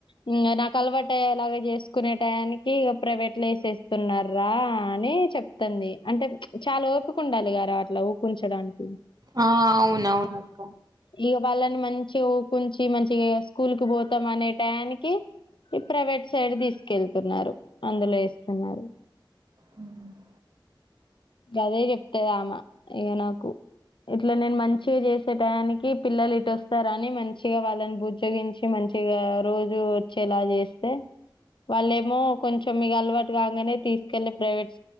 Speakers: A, on the left (about 70°); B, on the right (about 45°).
A: ఉమ్ నాకు అలవాటు అయ్యేలా చేసుకునే టయానికి ఇక ప్రైవేట్ లో వేసేస్తున్న రా అని చెప్పు వత్తాంది అంటే చాలా ఓపిక ఉండాలి గార అట్లా ఊపుంచడానికి
B: ఆ అవునవును అక్క
A: ఇగ వాళ్ళని మంచి ఉకుంచి మంచిగా స్కూల్ కు పోతాం అనే టైయానికి ఈ ప్రైవేట్ సైడ్ తీసుకెళ్తున్నారు అందులో యేస్తున్నారు
B: అవునా
A: గదే చెప్తాది ఆమె ఇంగా నాకు ఇట్లా నేను మంచిగా చేసే టయానికి పిల్లలు ఇటు వస్తార అని మంచిగా వాళ్ళని బుజ్జగించి మంచిగా రోజు వచ్చేలా చేస్తే వాళ్ళేమో కొంచెం మీకు అలవాటు కాగాంనే తీసుకెళ్ళి ప్రైవేట్